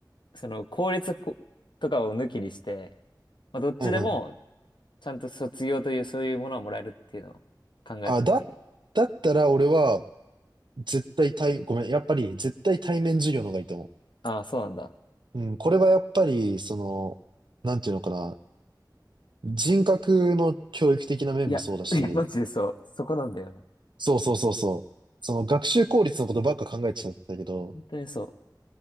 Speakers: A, on the left; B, on the right.
A: その、公立ことかを抜きにして、まあどっちでも、
B: うんうん。
A: ちゃんと卒業という、そういうものはもらえるっていうのを考えたときに。
B: あ、だ、だったら俺は絶対対、ごめん、やっぱり絶対対面授業の方がいいと思
A: ああ、そうなんだ。
B: う。うん、これはやっぱり、その、なんていうのかな。人格の教育的な面もそうだし、
A: いや、<laughs> いやマジでそう。そこなんだよな。
B: そうそうそうそう。その学習効率のことばっか考えちゃったけど、
A: 本当にそ